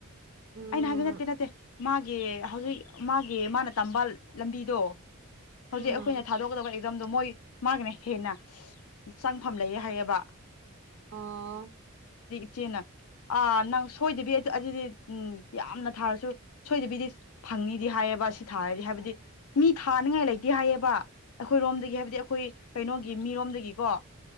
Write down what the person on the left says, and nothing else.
ꯑꯩꯅ ꯍꯥꯏꯕ ꯅꯠꯇꯦ ꯅꯠꯇꯦ ꯃꯥꯒꯤ ꯍꯧꯖꯤꯛ ꯃꯥꯒꯤ ꯃꯥꯅ ꯇꯝꯕ ꯂꯝꯕꯤꯗꯣ ꯍꯧꯖꯤꯛ
ꯑꯩꯈꯣꯏꯅ ꯊꯥꯗꯣꯛꯀꯗꯕ ꯑꯦꯛꯖꯥꯝꯗꯣ ꯃꯣꯏ ꯃꯥꯒꯤꯅ ꯍꯦꯟꯅ ꯆ ꯐꯝ ꯂꯩꯑꯦ ꯍꯥꯏꯌꯦꯕ
ꯆꯦꯅ ꯑꯥ ꯅꯪ ꯁꯣꯏꯗꯕꯤ ꯑꯗꯨꯗꯤ ꯎꯝ ꯌꯥꯝꯅ ꯊꯥꯔꯁꯨ ꯁꯣꯏꯗꯕꯤꯗꯤ ꯐꯪꯅꯤꯤꯗꯤ ꯍꯥꯏꯌꯦ ꯊꯔꯗꯤ ꯍꯥꯏꯕ ꯃꯤ ꯊꯥꯉꯥꯏ ꯂꯩꯇꯦ ꯍꯥꯏꯌꯦꯕ ꯑꯩꯈꯣꯏꯔꯣꯝ ꯍꯥꯏꯕꯗꯤ ꯑꯩꯈꯣꯏ ꯀꯩꯅꯣꯒꯤ ꯃꯤꯔꯣꯝꯗꯒꯤꯀꯣ